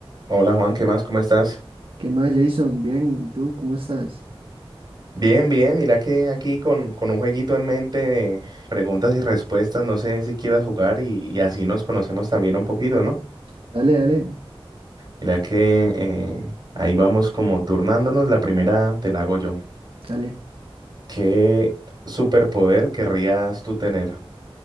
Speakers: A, on the right; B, on the right.
A: Hola Juan, ¿qué más? ¿Cómo estás?
B: ¿Qué más, Jason? Bien, ¿y tú cómo estás?
A: Bien, bien, mira que aquí con, con un jueguito en mente de preguntas y respuestas, no sé si quieras jugar y, y así nos conocemos también un poquito, ¿no?
B: Dale, dale,
A: Mira que eh, ahí vamos como turnándonos, la primera te la hago yo.
B: dale.
A: ¿Qué superpoder querrías tú tener?